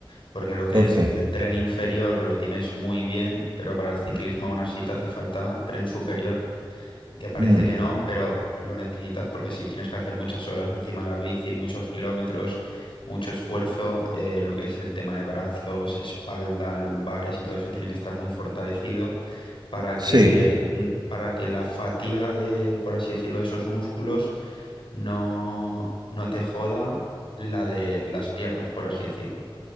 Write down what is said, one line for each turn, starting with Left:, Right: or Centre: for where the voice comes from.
Left: porque lo que
Right: Ok.
Left: es t- tren inferior lo tienes muy bien, pero para el ciclismo aún así te hace falta tren superior, que parece
Right: Mm.
Left: que no, pero lo necesitas porque si tienes que hacer muchas horas encima de la bici, muchos kilómetros, mucho esfuerzo, eh, lo que es el tema de brazos, espalda, lumbares y todo eso tiene que estar muy fortalecido para que,
Right: Sí,
Left: n- para que la fatiga de, por así decirlo, de esos músculos no, no te joda la de las piernas, por así decirlo.